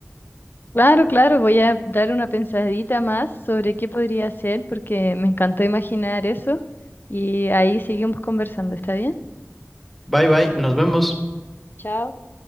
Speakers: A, on the left; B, in the centre.
A: Claro, claro, voy a dar una pensadita más sobre qué podría ser porque me encantó imaginar eso y ahí seguimos conversando, ¿está bien?
B: Bye bye, nos vemos.
A: Chao.